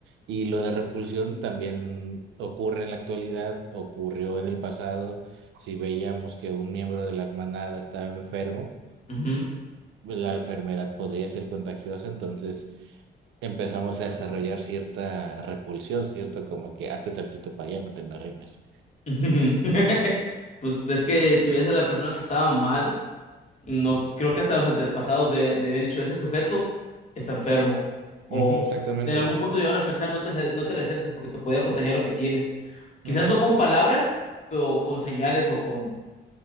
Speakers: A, on the right; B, on the left.
A: Y lo de repulsión también ocurre en la actualidad, ocurrió en el pasado. Si veíamos que un miembro de la manada estaba enfermo,
B: ujú,
A: la enfermedad podría ser contagiosa, entonces empezamos a desarrollar cierta repulsión, ¿cierto? Como que hazte tantito para allá, no te me arrimes.
B: <laughs> Pues es que si ves a la persona que estaba mal, no creo que hasta los antepasados de, de haber dicho, ese sujeto está enfermo. O
A: Ujú, exactamente.
B: en algún punto llegaron a pensar, no te, ace- no te le acerques porque te podía contagiar lo que tienes. Quizás
A: Ujú.
B: no con palabras, pero con señales o con